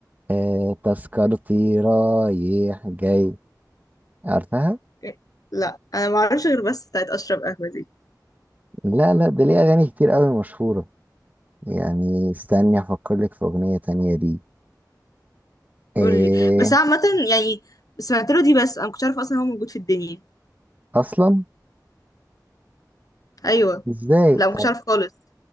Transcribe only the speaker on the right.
آه تذكرتي رايح جاي عارفها
لا لا ده ليه اغاني كتير قوي مشهورة يعني استني افكر لك في اغنية تانية دي ايه
اصلا
ازاي
طب